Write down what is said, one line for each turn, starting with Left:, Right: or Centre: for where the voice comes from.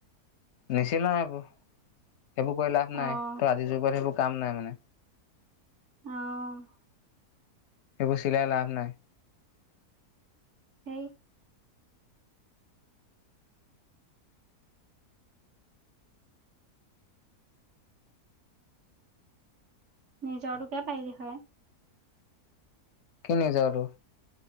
Left: নিচি ন সেইবোৰ, সেইবোৰ কৰি লাভ নাই।
Right: অ'
Left: ত আজিৰ যুগত সেইবোৰ কাম নাই মানে।
Right: অ'।
Left: সেইবোৰ চিলাই লাভ নাই
Right: হেই। নিজৰ টোকে পাৰি দেখোৱাই।
Left: কি নিজৰটো।